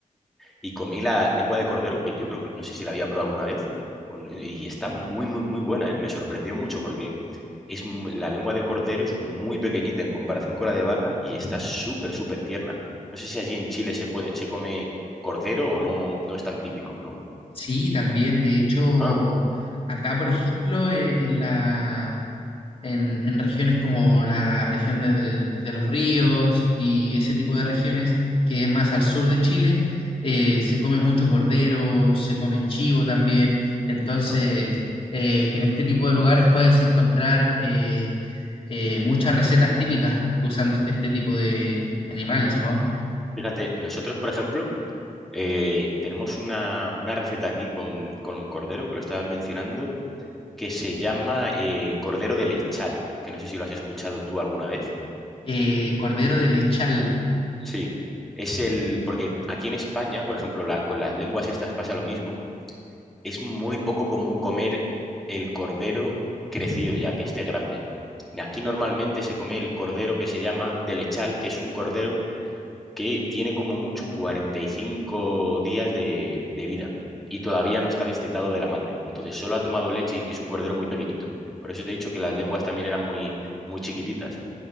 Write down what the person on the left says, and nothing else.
sí, también, de hecho,
acá, por ejemplo, eh, en la, en, en regiones como la región de, de- de los ríos y ese
tipo de regiones, que es más al sur de Chile, eh,
se come mucho cordero, se come chivo también. Entonces,
eh, en este tipo de lugares puedes encontrar eh, eh, muchas recetas típicas usando este tipo de, de animales, ¿no?
Eh, cordero de lechal.